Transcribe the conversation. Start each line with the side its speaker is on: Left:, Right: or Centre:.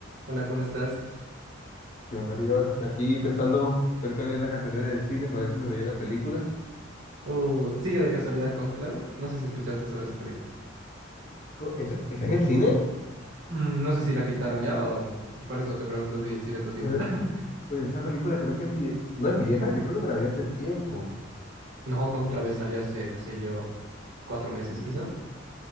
Right: Hola, ¿cómo estás?
Left: yo andaría ahora Aquí pensando ver qué había en la cartelera del cine para ver si me veía la película.
Right: Oh, ¿sigue de casualidad Cónclave? No sé si escuchaste sobre esa película.
Left: Co- ¿Esa- ¿Está en el cine?
Right: Mm, no sé si la quitaron ya o por eso te pregunto si, si la estás viendo.
Left: Pero
Right: <laughs>
Left: oye, esa película creo que es vie- no es vieja, yo creo que me la vi hace tiempo.
Right: No, Cónclave salió hace, qué sé yo, cuatro meses quizá.